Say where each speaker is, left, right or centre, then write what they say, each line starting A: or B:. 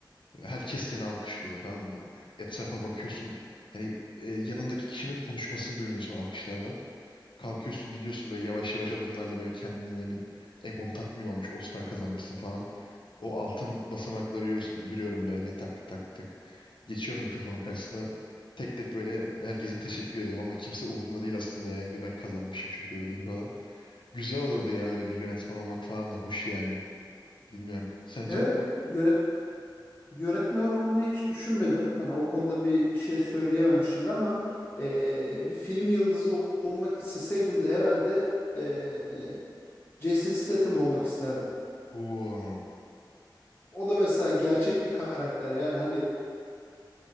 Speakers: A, on the left (about 80°); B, on the left (about 25°).
A: Herkes seni alkışlıyor tamam mı? Etrafa bakıyorsun. Hani e, yanındaki kişinin konuşmasını duymuyorsun alkışlardan. Kalkıyorsun gidiyorsun böyle yavaş yavaş adımlarla böyle kendinden emin. Egon tatmin olmuş. Oscar kazanmışsın falan. O altın basamakları yürüyorsun. Yürüyorum böyle tak tak tak. Geçiyorum mikrofonun karşısına. Tek tek böyle herkese teşekkür ediyorum ama kimse umurumda değil aslında yani. Ve Ben kazanmışım çünkü ödülü falan. Güzel olurdu ya öyle bir yönetmen olmak falan da hoş yani. Bilmiyorum. Sence...
B: Evet, yönet yönetmen olmayı hiç düşünmedim. Hani o konuda bir, bir şey söyleyemem şimdi ama e, bir film yıldızı ol- olmak isteseydim de herhalde e, Jason Statham olmak isterdim.
A: Oo,
B: O da mesela gerçek bir karakter yani hani